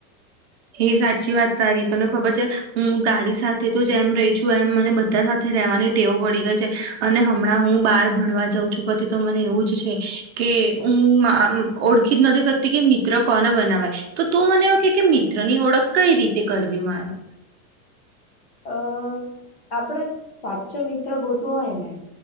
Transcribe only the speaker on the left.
અ આપણે સાચો મિત્ર ગોતવો હોય ને